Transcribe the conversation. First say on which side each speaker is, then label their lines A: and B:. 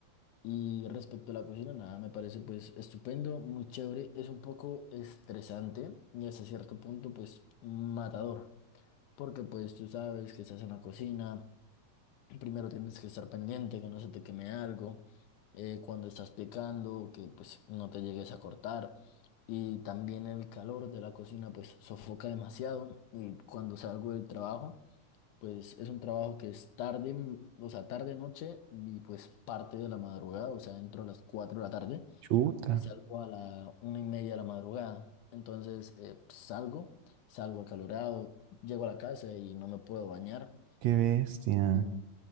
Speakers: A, on the left (about 75°); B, on the right (about 75°).
A: Y respecto a la cocina, nada, me parece, pues, estupendo, muy chévere. Es un poco estresante y hasta cierto punto, pues, matador. Porque, pues, tú sabes que estás en la cocina. Primero tienes que estar pendiente, que no se te queme algo, eh, cuando estás picando, que pues no te llegues a cortar. Y también el calor de la cocina pues sofoca demasiado. Y cuando salgo del trabajo, pues es un trabajo que es tarde, mm, o sea, tarde noche y pues parte de la madrugada, o sea, entro a las 4 de la tarde
B: Chuta,
A: y salgo a la una y media de la madrugada. Entonces eh, salgo, salgo acalorado, llego a la casa y no me puedo bañar
B: qué bestia.
A: y